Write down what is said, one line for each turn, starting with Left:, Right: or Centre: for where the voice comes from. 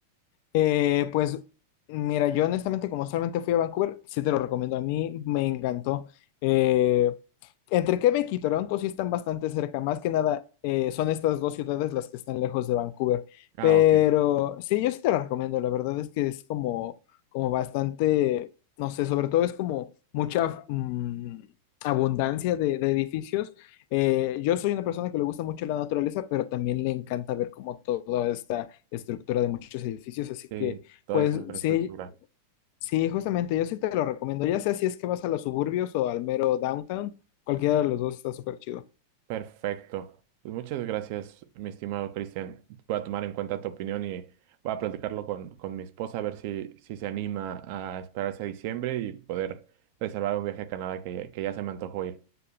Left: Eh, pues mira, yo honestamente como solamente fui a Vancouver, sí te lo recomiendo. A mí me encantó. Eh, entre Quebec y Toronto sí están bastante cerca, más que nada eh, son estas dos ciudades las que están lejos de Vancouver,
Right: Ah,
Left: pero
Right: ok.
Left: sí, yo sí te la recomiendo, la verdad es que es como, como bastante, no sé, sobre todo es como mucha mm, abundancia de, de edificios. Eh, yo soy una persona que le gusta mucho la naturaleza, pero también le encanta ver como toda esta estructura de muchos edificios, así
Right: Sí,
Left: que
Right: toda
Left: pues
Right: esa infraestructura.
Left: sí, Sí, justamente, yo sí te lo recomiendo. Ya sea si es que vas a los suburbios o al mero downtown, cualquiera de los dos está súper chido.
Right: Perfecto. Pues muchas gracias, mi estimado Cristian. Voy a tomar en cuenta tu opinión y voy a platicarlo con, con mi esposa a ver si, si se anima a esperarse a diciembre y poder reservar un viaje a Canadá que, que ya se me antojó ir.